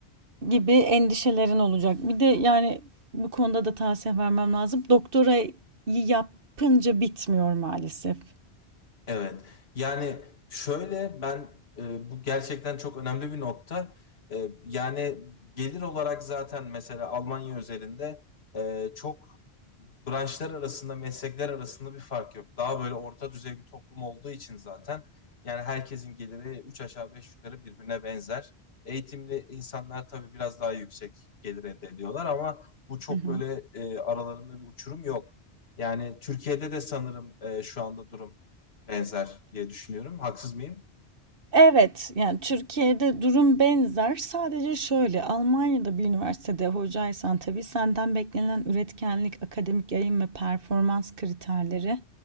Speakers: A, on the right; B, on the left.
A: gibi endişelerin olacak. Bir de yani bu konuda da tavsiye vermem lazım. Doktorayı yapınca bitmiyor maalesef.
B: Evet. Yani şöyle ben e, bu gerçekten çok önemli bir nokta. E, yani gelir olarak zaten mesela Almanya özelinde e, çok branşlar arasında, meslekler arasında bir fark yok. Daha böyle orta düzey bir toplum olduğu için zaten yani herkesin geliri üç aşağı beş yukarı birbirine benzer. Eğitimli insanlar tabii biraz daha yüksek gelir elde ediyorlar ama bu çok
A: Hı hı.
B: böyle e, aralarında bir uçurum yok. Yani Türkiye'de de sanırım e, şu anda durum benzer diye düşünüyorum. Haksız mıyım?
A: Evet, yani Türkiye'de durum benzer. Sadece şöyle, Almanya'da bir üniversitede hocaysan tabii senden beklenen üretkenlik, akademik yayın ve performans kriterleri